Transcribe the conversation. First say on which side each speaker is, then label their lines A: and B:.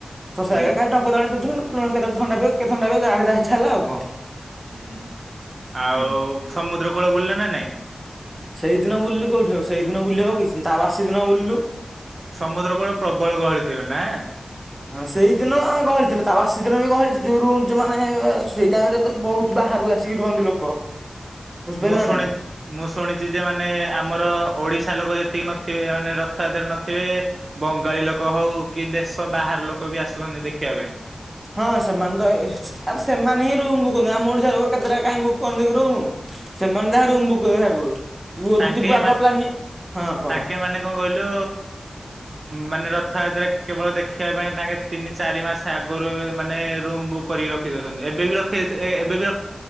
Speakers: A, on the right; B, on the right.
A: ଶୋଷ
B: ହୁଁ।
A: ଲାଗିଲା ଖାଲି ଟଙ୍କ ତୋରାଣି ପିଉଥିଲୁ କେତେବେଳେ ଥଣ୍ଡା ପିଉ କିଏ ଥଣ୍ଡା ପିଉ ଜାର ଯାହା ଇଚ୍ଛା ହେଲା ଆଉ
B: ହୁଁ ଆଉ
A: ହୁଁ।
B: ସମୁଦ୍ର କୂଳ ବୁଲିଲେ ନା ନାଇଁ?
A: ସେଇଦିନ ବୁଲିଲୁ କୋଉଠି ହଉ ସେଇଦିନ ବୁଲି ହବ କି ତା ବାଷି ଦିନ ବୁଲିଲୁ।
B: ସମୁଦ୍ର କୂଳ ପ୍ରବଳ ଗହଳି ଥିବେ ନା?
A: ହଁ ସେଇ ଦିନ ଗହଳି ଥିଲେ ତା ବାଷ ଦିନ ବି ଗହଳି ଯଉ ରୁହ ମାନେ ସେଇ ଟାଇମ ରେ ତ ବହୁତ ବାହାରୁ ଆସିକି ରୁହନ୍ତି। ଲୋକ ବୁଝିପାରିଲ
B: ମୁଁ ଶୁଣିଛି
A: ନା ନାଇଁ।
B: ମୁଁ ଶୁଣିଛି ଯେ ମାନେ ଆମର ଓଡିଶ ର ଲୋକ ଯେତିକି ନଥିବେ ମାନେ ରଥଯାତ୍ରା ନଥିବେ ବଙ୍ଗାଳୀ ଲୋକ ହଉ କି ଦେଶ ବାହାର ଲୋକ ବି ଆସୁଛନ୍ତି ଦେଖିବା ପାଇଁ।
A: ହଁ ସେମାନେ ତ ଏଇ ଆରେ ସେମାନେ ହିଁ ରୁମ ବୁକ୍ କରନ୍ତି ଆମ ଓଡିଶା ଲୋକ କେତେଟା କାଁଇ ବୁକ୍ କରନ୍ତି ରୁମ? ସେମାନେ ଯାହା ରୁମ ବୁକ୍ କରିବେ ଆଗରୁ ତୁ ଯଦି
B: ତାଙ୍କେ
A: ଯିବୁ ଆଗୁଆ
B: ମାନେ
A: ପ୍ଲାନିଂ ହଁ କହ।
B: ତାଙ୍କେ ମାନେ କଣ କହିଲୁ ମାନେ ର ରଥାଯାତରେ କେବଳ ଦେଖିବା ପାଇଁ ତାଙ୍କେ ତିନି ଚାରି ମାସ ଆଗରୁ ଏବେ ମାନେ ରୁମ୍ ବୁକ୍ କରିକି ରଖି ଦେଉଛନ୍ତି। ଏବେ ବି ରଖେଇ ଥିବେ ଏ-ଏବେ ବି ର